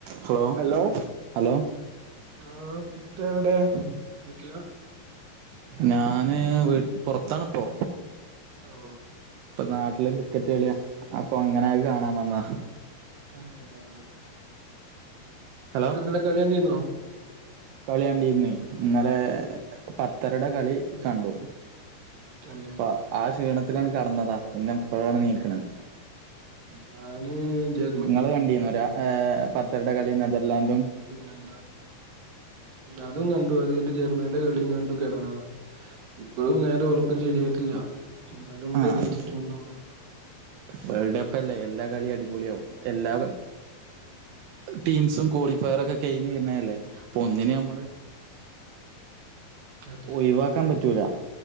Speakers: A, on the right; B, on the right.
A: Hello hello hello
B: ആഹ് ഇത് എവിടെ വീട്ടി
A: ഞാന് പുറത്താണ് ഇപ്പോ
B: ഓഹ്
A: ഇപ്പൊ നാട്ടില് ക്രിക്കറ്റ് കളിയ അപ്പൊ അങ്ങനത് കാണാൻ വന്നതാ
B: തന്നെയാ
A: ഹലോ
B: എന്നിട്ട് ഇന്നലെ കളി കണ്ടിരുന്നോ
A: കളി കണ്ടിരുന്ന് ഇന്നലെ പത്തരടെ കളി കണ്ടു
B: തന്നെ
A: അപ്പ ആഹ് ക്ഷീണത്തിലങ്ങട് കിടന്നതാ പിന്നെ ഇപ്പഴാണ് എണീക്കണത്
B: ഞാന് ജെ
A: നിങ്ങള് കണ്ടിരുന്നോ പത്തരയുടെ കളി നെതർലാന്റും
B: പിന്നെന്താ അതും കണ്ടു അതുകഴിഞ്ഞിട്ട് ജർമ്മനിയുടെ കളിയും കണ്ടു കിടന്നതാ ഇപ്പോഴും നേരെ ഉറക്കം ശരിയായിട്ടില്ല എന്നാലും ഇങ്ങോട്ട്
A: ആഹ്
B: എണീച്ചിട്ടുള്ളൂ
A: വേൾഡ് കപ്പല്ലേ എല്ലാ കളിയും അടിപൊളിയാവും എല്ലാ ടീംസും ക്വാളിഫയറൊക്കെ കഴിഞ്ഞുവരുന്നല്ലേ പ്പൊന്നിനെ
B: ഉം
A: നമ്മള്
B: അതെ
A: ഒഴിവാക്കാൻ പറ്റൂല